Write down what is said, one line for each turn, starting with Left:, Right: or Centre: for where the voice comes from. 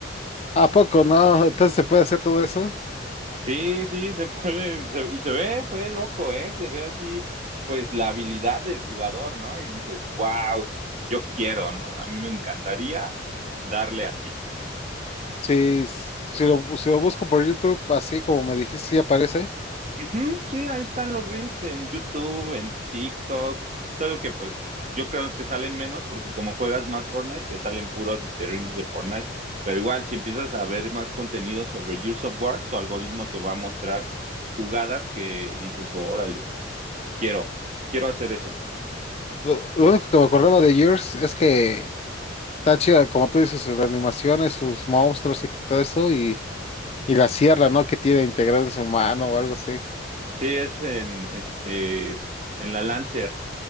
Left: ¿A poco no? Entonces se puede hacer todo eso.
Right: Sí, sí, se puede, se- y se ve, se ve loco, ¿eh? Se ve así, pues, la habilidad del jugador, ¿no? Y dices, wow, yo quiero, ¿no? A mí me encantaría darle así.
Left: Si, si lo, si lo busco por YouTube, así como me dijiste, sí aparece.
Right: Ujú, sí, ahí están los reels en YouTube, en TikTok, solo que, pues, yo creo que te salen menos porque como juegas más Fortnite, te salen puros este, reels de Fortnite, pero igual, si empiezas a ver más contenido sobre Gears of War, tu algoritmo te va a mostrar jugadas que dices, órale, quiero, quiero hacer eso.
Left: Lo, lo único que me acordaba de Yours es que está chida, como tú dices, sus animaciones, sus monstruos y todo eso, y, y la sierra, ¿no? Que tiene integrada en su mano o algo así.
Right: Sí, es en, este, en la Lancer.